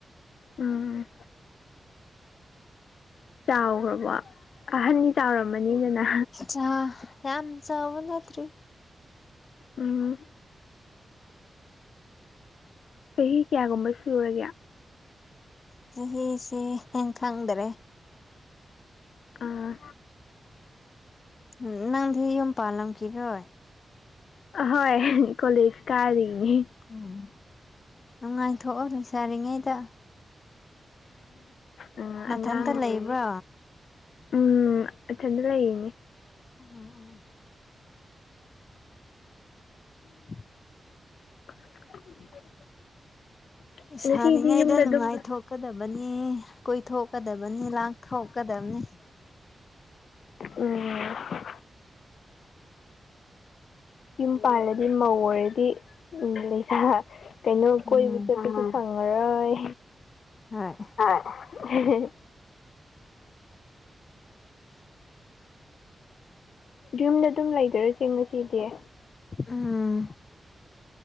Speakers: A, on the left; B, on the left.
A: ꯎꯝ ꯆꯥꯎꯈ꯭ꯔꯕꯣ ꯑꯍꯟꯅꯤ ꯆꯥꯎꯔꯝꯃꯅꯤꯗꯅ
B: ꯆꯥ ꯌꯥꯝ ꯆꯥꯎꯕ ꯅꯠꯇ꯭ꯔꯤ
A: ꯎꯝ ꯆꯍꯤ ꯀꯌꯥꯒꯨꯝꯕ ꯁꯨꯔꯒꯦ
B: ꯆꯍꯤꯁꯤꯦ ꯈꯪꯗꯔꯦ
A: ꯑꯥ
B: ꯎꯝ ꯅꯪ ꯝ ꯄꯥꯂꯂꯝ ꯀꯔꯣꯣꯏ
A: ꯍꯣꯏ ꯀꯣꯂꯦꯖ ꯀꯥꯔꯤꯅꯤ
B: ꯎꯝ ꯅꯨꯡꯉꯥꯏꯊꯣꯛꯑꯣ ꯂꯩꯏꯁꯥꯔꯤꯉꯩꯗ
A: ꯑꯥ,
B: ꯃꯊꯟꯇ
A: ꯑꯉꯥꯡ
B: ꯂꯩꯕ꯭ꯔꯥ
A: ꯑꯣꯏꯔꯤ ꯎꯝ ꯏꯊꯜꯗꯥ ꯂꯩꯅꯤ
B: ꯎꯝ ꯎꯝ <inaudible> <unintelligible> ꯎ <unintelligible> <inaudible>
A: <unintelligible> ꯉꯁꯤꯗꯤ
B: ꯁꯥꯔꯤꯉꯩꯗ
A: ꯌꯨꯝꯗ
B: ꯅꯨꯡꯉꯥꯏꯊꯣꯛꯀꯗꯕꯅꯤ
A: ꯑꯗꯨꯝ
B: ꯀꯣꯏꯊꯣꯛꯀꯗꯕꯅꯤ ꯂꯥꯡꯊꯣꯛꯀꯗꯕꯅꯤ
A: ꯎꯝ ꯌꯨꯝ ꯄꯥꯜꯂꯗꯤ ꯃꯧ ꯑꯣꯏꯔꯗꯤ ꯎꯝ ꯂꯩꯁꯥ ꯀꯩꯅꯣ ꯀꯣꯏꯕ
B: ꯎꯝ
A: ꯆꯠꯄꯁꯨ ꯐꯪꯉꯔꯣꯏ
B: ꯍꯣꯏ
A: ꯑ
B: ꯎ <unintelligible>
A: ꯌꯨꯝꯗ ꯑꯗꯨꯝ ꯂꯩꯖꯔꯁꯤ ꯆꯃꯤ ꯆꯗꯤꯦ
B: ꯎꯝ